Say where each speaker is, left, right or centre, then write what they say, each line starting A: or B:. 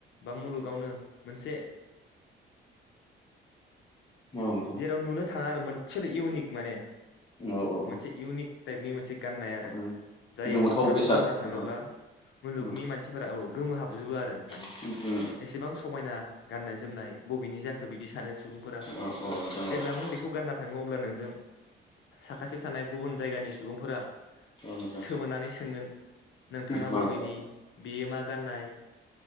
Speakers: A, on the left; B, on the left.
A: बा मुलुगावनो मोनसे
B: औ नोंथां
A: जेराव नुनो थाङा आरो मोनसेल' इउनिक माने
B: औ औ
A: मोनसे इउनिक टाइपनि मोनसे गाननाय
B: औ
A: आरो जाय
B: गोमोथाव
A: दखनाखौ
B: बेसाद
A: गानना थाङोब्ला
B: औ औ
A: मुलुगनि
B: औ
A: मानसिफोरा औ गोमोहाबजोबो आरो माने
B: नोंथां
A: एसेबां समायना गाननाय जोमनाय बबेनि जाखो बिदि सानो सुबुंफोरा
B: औ औ नोंथां औ
A: जेब्ला नों बेखौ गानना थाङो अ ब्ला नोंजों साखाथियाव थानाय गुबुन जायगानि सुबुंफोरा
B: नोंथां नोंथां
A: सोमोनानै सोंगोन नोंथाङा
B: औ
A: बबेनि
B: औ
A: बेयो मा गाननाय